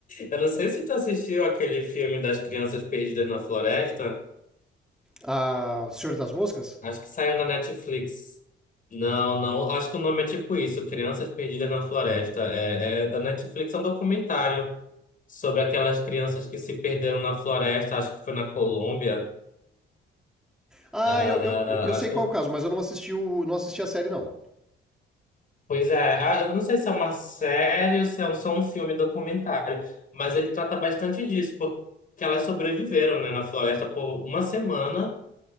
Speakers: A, on the left (about 45°); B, in the centre.
A: Eu não sei se tu assistiu aquele filme das crianças perdidas na floresta.
B: Ah, Senhor das Moscas?
A: Acho que saiu na Netflix. Não, não. Acho que o nome é tipo isso, Crianças Perdidas na Floresta. É, é da Netflix, é um documentário sobre aquelas crianças que se perderam na floresta. Acho que foi na Colômbia.
B: Ah,
A: Ah,
B: eu, eu, eu eu sei
A: acho
B: qual
A: que.
B: é o caso, mas eu não assisti o, não assisti a série, não.
A: Pois é. Ah, eu não sei se é uma série ou se é um- só um filme documentário, mas ele trata bastante disso, porque elas sobreviveram, né, na floresta por uma semana.